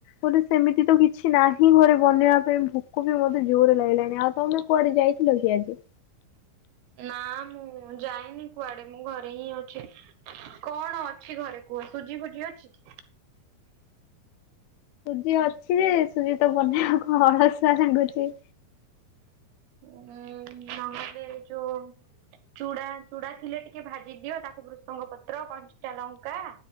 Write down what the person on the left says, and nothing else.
ଏପଟେ ସେମିତି ତ କିଛି ନାହିଁ ଘରେ ବନେଇବା ପାଇଁ ଭୋକ ବି ମୋତେ ଜୋରରେ ଲାଗିଲାଣି। ଆଉ ତମେ କୁଆଡେ ଯାଇଥିଲ କି ଆଜି?
<unintelligible>
ସୁଜି ଅଛି ଯେ ସୁଜି ତ ବନେଇବା କୁ ଅଳସୁଆ ଲାଗୁଛି।